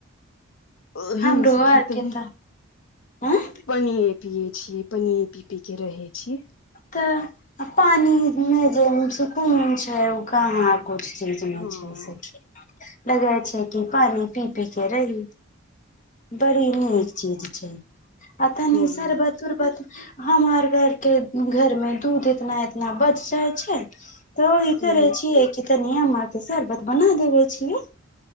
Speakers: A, on the left (about 60°); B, on the left (about 35°).
A: और ही
B: हमरो
A: नहि सकी
B: आरके
A: तनी
B: तऽ आँ
A: पनीय पियए छीयै पनीये पी पी के रहे छीयै
B: त पानी मे जे सुकून छै उ कहाँ कु चीज
A: हँ
B: नहि छै सखी लगै छै कि पानी पी पी के रहि बरीनीक चीज छै अतअ नि
A: हँ
B: सरबत ऊरबत हमर घरके घरमे दूध इतना इतना बच जाइ छै तऽ ई
A: हँ
B: करे छियै कि तनिय मां के शरबत बना देबे छियै